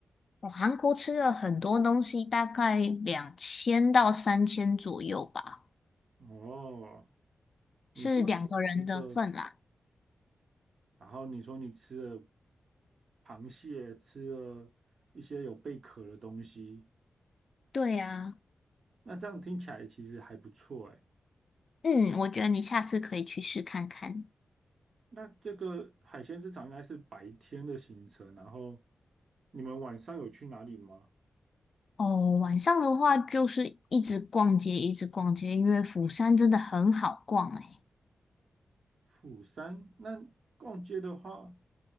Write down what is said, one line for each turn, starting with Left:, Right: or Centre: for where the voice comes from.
Left: 我韩国吃了很多东西，大概两千到三千左右吧，
Right: 哦，你说你吃的，
Left: 是两个人的份啦。
Right: 然后你说你吃了螃蟹，吃了一些有贝壳的东西，
Left: 对呀、
Right: 那这样听起来其实还不错哎。
Left: 嗯，我觉得你下次可以去试看看。
Right: 那这个海鲜市场应该是白天的行程，然后你们晚上有去哪里吗？
Left: 哦，晚上的话就是一直逛街，一直逛街，因为釜山真的很好逛诶。
Right: 釜山，那逛街的话，